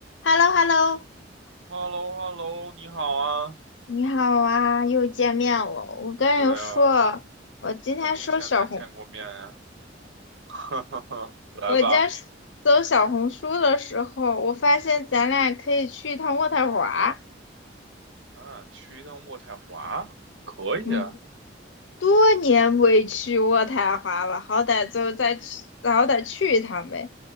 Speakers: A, on the left; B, on the right.
A: h e l l o h e l l o
B: h e l l o h e l l o 你好啊。
A: 你好啊，又见面了。我跟人说，
B: 对啊，
A: 我今天收小红，
B: 分钟前才见过面呀、啊。<laughs> 来吧，
A: 我今天搜小红书的时候，我发现咱俩可以去一趟渥太华。
B: 咱俩去一趟渥太华，可以啊。
A: 嗯，多年未去渥太华了，好歹就再去，好歹去一趟呗。